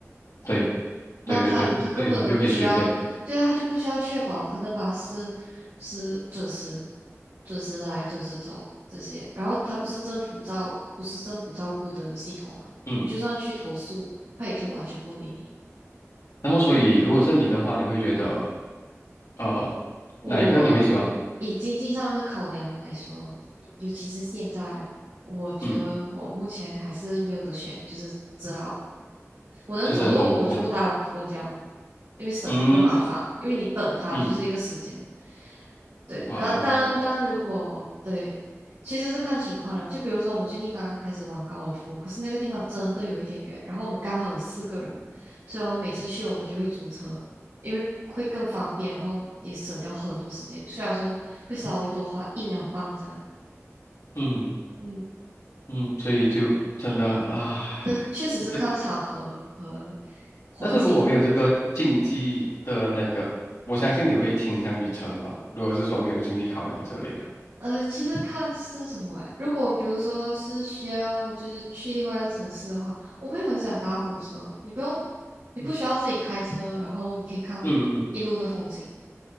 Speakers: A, on the left; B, on the right.
A: 对
B: 那他他根本都不需要，
A: 对对对，所以它就可以随便。
B: 对啊，他就不需要确保他的巴士是准时、准时来、准时走这些，然后他不是政府照不是政府照顾的系统嘛，
A: 嗯，
B: 你就算去投诉，他也可以完全不理你。
A: 那么所以如果是你的话，你会觉得呃
B: 我
A: 哪一个你会喜欢？
B: 以经济上的考量来说，尤其是现在，我觉得我目前还是没有得选，
A: 嗯，
B: 就是只好我能走路，
A: 就是公公。
B: 我就不搭公交，因为省了一个麻烦，
A: 嗯，
B: 因为你等它就是一个时间。
A: 嗯，
B: 对，
A: 哇哦，
B: 那当然，当然，如果对，其实是看情况啦。就比如说，我们最近刚刚开始玩高尔夫，可是那个地方真的有一点远，然后我们刚好有四个人，所以我们每次去我们就会租车，因为会更方便，然后也省掉很多时间。虽然说会稍微多花一两磅这样，
A: 嗯
B: 嗯，
A: 嗯，所以就真的啊，
B: 这确实是看场合和
A: 这个，
B: 环境。
A: 但是如果没有这个竞技的那个，我相信你会倾向于车吧？如果是说没有经济考量之类的，
B: 呃，其实看是什么哎。如果比如说是需要就是去另外一个城市的话，我会很想搭火车。你不用，你不需要自己开车，
A: 嗯
B: 然后你可以看一路的风景。
A: 嗯嗯，